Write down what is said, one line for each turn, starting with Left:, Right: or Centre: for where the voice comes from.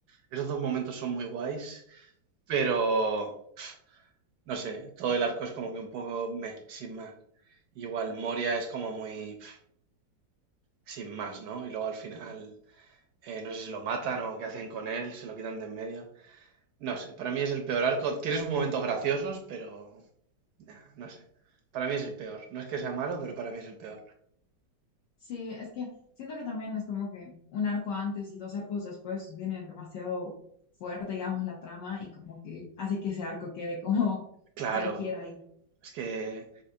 Right: esos dos momentos son muy guays, pero no sé, todo el arco es como que un poco meh, sin más. Igual Moria es como muy pf, sin más, ¿no? Y luego al final, eh, no sé si lo matan o qué hacen con él, se lo quitan de en medio. No sé, para mí es el peor arco. tiene sus momentos graciosos, pero Nah, no sé. Para mí es el peor. No es que sea malo, pero para mí es el peor.
Left: Sí, es que siento que también es como que un arco antes y dos arcos después vienen demasiado fuerte, digamos, la trama y como que hace que ese arco quede como
Right: Claro,
Left: cualquiera ahí.
Right: es que